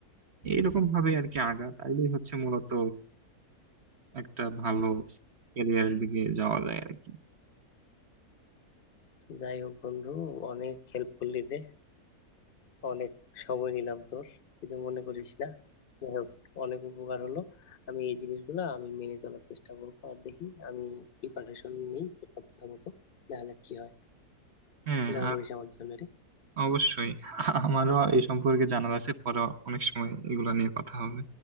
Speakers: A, on the right; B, on the left.
A: এইরকম ভাবে আর কি আগা তাইলেই হচ্ছে মূলত একটা ভালো ক্যারিয়ারের দিকে যাওয়া যায় আর কি
B: যাই হোক বন্ধু অনেক হেল্প করলি রে অনেক সময় নিলাম তোর কিছু মনে করিস না যাই হোক অনেক উপকার হলো আমি এই জিনিসগুলো আমি মেনে চলার চেষ্টা করবো আর দেখি আমি প্রিপারেশন নিই তোর কথা মতো দেখা যাক কি হয়
A: হ্যাঁ
B: দেখা
A: আর
B: করিস আমার জন্য রে
A: অবশ্যই আমারও এই সম্পর্কে জানার আছে পরে অনেক সময় এগুলা নিয়ে কথা হবে